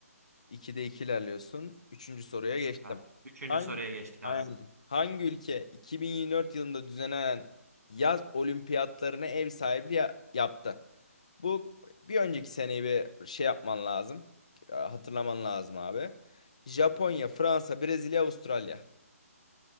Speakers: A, on the left (about 25°); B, on the right (about 80°).
A: 2'de 2 ilerliyorsun. Üçüncü soruya
B: Süper.
A: geçtim.
B: Üçüncü
A: Hangi,
B: soruya geçtik abi.
A: aynen. Hangi ülke 2024 yılında düzenlenen yaz olimpiyatlarına ev sahipliği ya- yaptı? Bu bir önceki seneyi bir şey yapman lazım. e, Hatırlaman lazım abi. Japonya, Fransa, Brezilya, Avustralya.